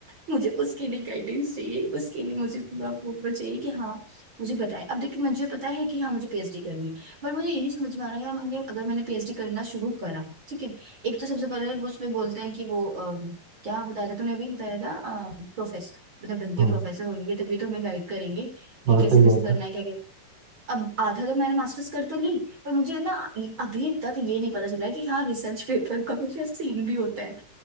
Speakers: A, on the right; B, on the right.
A: मुझे उसके लिए गाइडेंस चाहिए उसके लिए मुझे पूरा प्रूफ चाहिए कि हाँ मुझे बताए अब देखिए मुझे पता है कि हाँ मुझे पीएचडी करनी है पर मुझे ये नहीं समझ में आ रहा यार मैंने अगर मैंने पीएचडी करना शुरू करा ठीक है एक तो सबसे पहले वो उसमें बोलते हैं कि वो अम, क्या बताया था तूने अभी बताया था प्रोफेसर मतलब ढंग के
B: हाँ
A: प्रोफेसर होंगे तभी तो हमें गाइड करेंगे कि
B: हाँ
A: कैसे
B: सही
A: कैसे
B: बात
A: करना
B: है
A: है क्या क्या अब आधा तो मैंने मास्टर्स कर तो ली पर मुझे ना अभी तक ये नहीं पता चला कि हाँ रिसर्च पेपर का कुछ सीन भी होता है